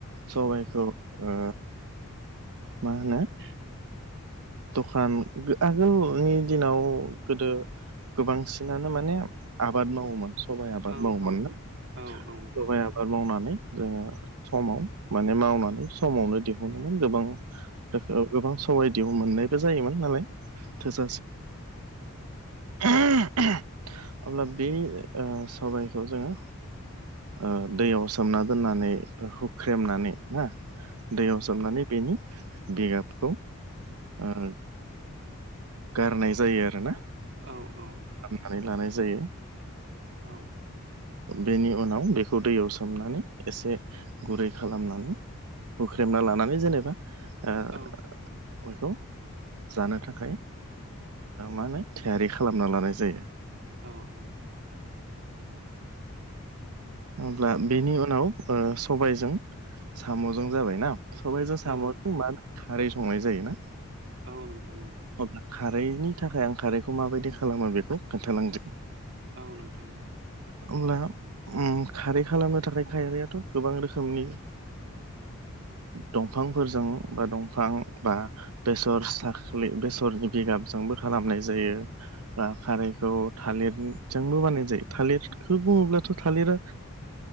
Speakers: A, on the right; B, on the right.
A: सबाइखौ ओ मा होनो
B: <inaudible>
A: दखान <unintelligible> आरो आगोलनि दिनाव गोदो गोबांसिनानो माने आबाद मावोमोन सबाइ
B: औ
A: आबाद मावोमोन ना सबाइ आबाद मावनानै जोङो समाव माने मावनानै समावनो दिहुनोमोन गोबां <unintelligible> गोबां सबाइ दियाव मोननायबो जायोमोन नालाय थोजासे <unintelligible> अब्ला बे ओ सबाइखौ जोङो ओ दैयाव सोमना दोननानै हुख्रेमनानै ना दैयाव सोमनानै बेनि बिगाबखौ ओ गारनाय जायो आरोना
B: औ औ औ।
A: नानै लानाय जायो।
B: औ
A: बेनि उनाव बेखौ दैयाव सोमनानै एसे गुरै खालामनानै हुख्रेमना लानानै जेनेबा बेखौ
B: औ
A: जानो थाखाय मा होनो थियारि खालामना लानाय जायो
B: औ
A: हब्ला बेनि उनाव सबायजों साम'जों जाबायना सबायाइजों
B: औ
A: साम'जों
B: नोंथां
A: मानो खारै संनाय जायोना।
B: औ नोंथां ओ
A: अब्ला खारैनि थाखाय आं खारैखौ माबायदि खालामो बेखौ खोन्थालांदो
B: औ नोंथां
A: अब्ला। खारै खालामनो थाखाय खारारिैयाथ' गोबां रोखोमनि दंफांफोरजों बा दंफां बा बेसर साख्रि बेसरनि बिगाबजोंबो खालामनाय जायो ब खारैखौ थालिरजोंबो बानायनाय जायो थालिरखौ बुङोब्लाथ' थालिरा